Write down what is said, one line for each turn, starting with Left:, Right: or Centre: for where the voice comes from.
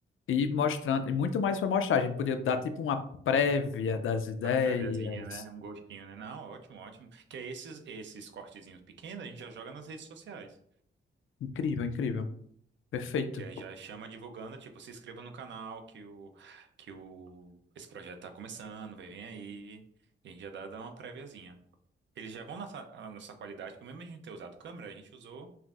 Left: E mostrando, e muito mais para mostrar. A gente podia dar tipo uma prévia das ideias.
Right: A préviazinha, né? Um gostinho, né? Não, ótimo, ótimo. Que é esses, esses cortezinhos pequenos, a gente já joga nas redes sociais.
Left: Incrível, incrível. Perfeito.
Right: Que aí já chama divulgando, tipo, se inscreva no canal que o que o esse projeto tá começando, vai vir aí. E a gente já dá, dá uma préviazinha. Eles já vão na nossa na nossa qualidade, porque mesmo a gente ter usado câmera, a gente usou